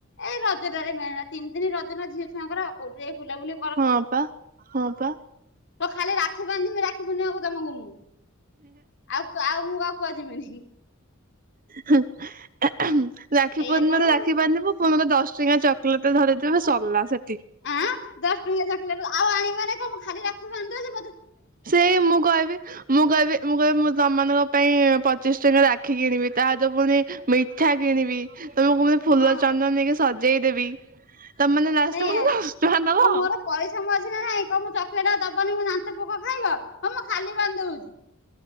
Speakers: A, on the left; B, on the right.
A: ଏଇ ରଜଟାରେ ମେହଣା ତିନି ଦିନି ରଜନା ଝିଅ ଛୁଆଙ୍କର କୋଉଠି ଯାଇ ବୁଲାବୁଲି।
B: ହଁ ପା ହଁ ପା।
A: କ ଖାଲି ରାକ୍ଷୀ ବାନ୍ଧମି ରାକ୍ଷୀ ପୁନିମାକୁ ତମକୁ ମୁଁ ଆଉ ଆଉ ମୁଁ କୁଆଡ଼େ ଯିମିନି।
B: ହୁଁ, ଏହୁଁ ରାକ୍ଷୀ
A: ଏଇଆ
B: ପୁନିମା
A: କହିବ
B: ରେ ରାକ୍ଷୀ ବାନ୍ଧିବୁ। ମନକର ଦଶ ଟଙ୍କା ଚକୋଲେଟ ଧରିଥିବେ ସରିଲା ସେ
A: ଆଁ ଦଶ ଟଙ୍କିଆ ଚକଲେଟ ରୁ ଆଉ ଆଣିବେନି କଣ ମୁଁ ଖାଲି ରାକ୍ଷୀ ବାନ୍ଧିତେ ଯିବି।
B: ସେଇ ମୁଁ କହିବି ମୁଁ କହିବି ମୁଁ କହିବି ମୁଁ ତମ ମାନଙ୍କ ପାଇଁ ପଚିଶ ଟଙ୍କା ରାକ୍ଷୀ କିଣିବି ତା ସହିତ ପୁଣି ମିଠା କିଣିବି। ତମକୁ ମୁଁ ଫୁଲ
A: ହଁ
B: ଚନ୍ଦନ ନେଇକି ସଜେଇଦେବି ତମେ ମାନେ ଲାଷ୍ଟରେ
A: ସେଇଆ।
B: ମତେ ଦଶ ଟଙ୍କା ଦବ।
A: କଣ ମୋର ପଇସା ମଝିରେ ନାଇଁ କହ ମୁଁ ଚକଲେଟ ଦବନି ମୋ ଦାନ୍ତ ପୋକ ଖାଇବ ହଁ ମୁଁ ଖାଲି ବାନ୍ଧି ଦଉଛି।